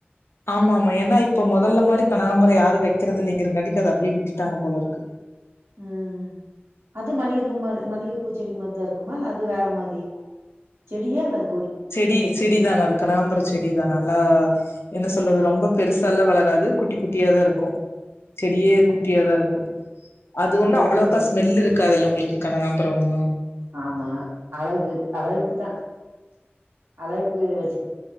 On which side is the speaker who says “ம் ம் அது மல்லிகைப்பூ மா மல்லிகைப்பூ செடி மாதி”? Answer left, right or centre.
Right